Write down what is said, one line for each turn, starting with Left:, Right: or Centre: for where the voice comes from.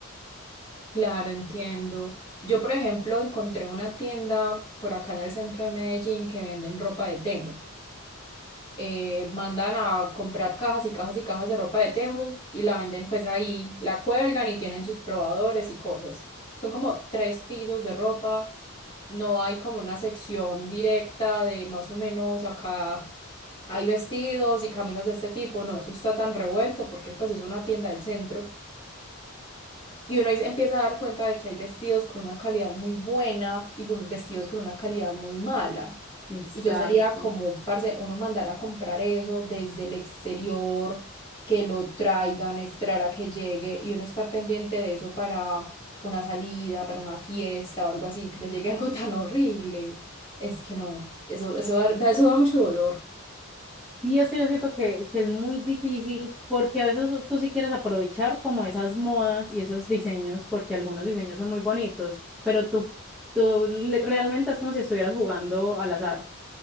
Left: claro, entiendo. Yo, por ejemplo, encontré una tienda por acá en el centro de Medellín que venden ropa de Temu. Eh, mandan a comprar cajas y cajas y cajas de ropa de Temu y la venden pues ahí, la cuelgan y tienen sus probadores y cosas. Son como tres pisos de ropa. No hay como una sección directa de más o menos acá hay vestidos y camisas de este tipo. No, eso está tan revuelto porque pues es una tienda del centro. Y uno ahí se empieza a dar cuenta de que hay vestidos con una calidad muy buena y con- vestidos con una calidad muy mala.
Centre: Exacto.
Left: Y yo sería como, parce, uno mandar a comprar eso desde el exterior, que lo traigan, esperar a que llegue y uno estar pendiente de eso para una salida, para una fiesta o algo así, que le llegue <laughs> algo tan horrible. Es que no, eso, eso da, da- eso da mucho dolor.
Centre: Sí, es que yo siento que, que es muy difícil porque a veces tú sí quieres aprovechar como esas modas y esos diseños, porque algunos diseños son muy bonitos, pero tú, tú le- realmente es como si estuvieras jugando al azar.